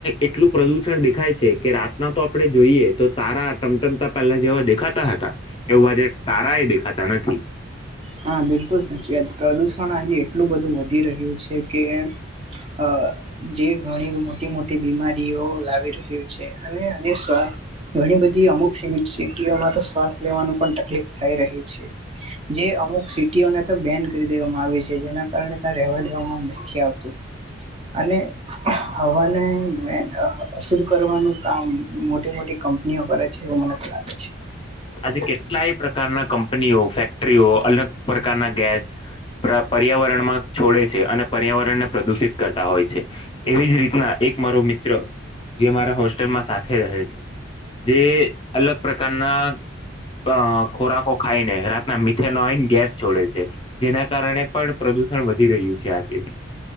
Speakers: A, on the left; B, on the right.
A: એટલું પ્રદુષણ દેખાય છે કે રાતના તો આપડે જોઈએ તો તારા ટમટમતા પહેલા જેવા દેખાતા હતા એવું આજે તારા એ દેખાતા નથી.
B: હા બિલકુલ સાચી વાત. પ્રદુષણ આજે એટલું બધું વધી રહ્યું છે કે હ જે ઘણી મોટી મોટી બીમારીઓ લાવી રહ્યું છે અને અને અને સ્વા ઘણી બધી અમુક સિમિત સિટીઓમાં તો શ્વાસ લેવાનું પણ તકલીફ થઈ રહી છે. જે અમ અમુક સિટીઓને તો બેન્ડ કરી દેવામાં આવી છે જેના કારણે ત્યાં રહેવા દેવામાં નથી આવતું. અને હવાને મેન અસર કરવાનું કામ મોટી મોટી કંપનીઓ કરે છે એવું મને તો લાગે છે.
A: આજે કેટલાય પ્રકારના કંપનીઓ ફેક્ટરીઓ અલગ પ્રકારના ગેસ પ્ર પર્યાવરણમાં છોડે છે અને પર્યાવરણને પ્રદુષિત કરતા હોય છે. એવી જ રીતના એક મારો મિત્ર જે મારા હોસ્ટેલમાં સાથે રહે છે જે અલગ પ્રકારના અહ ખોરાકો ખાઈને રાતના મીથેનઓઈન ગેસ છોડે છે. જેના કારણે પણ પ્રદુષણ વધી રહ્યું છે આજે.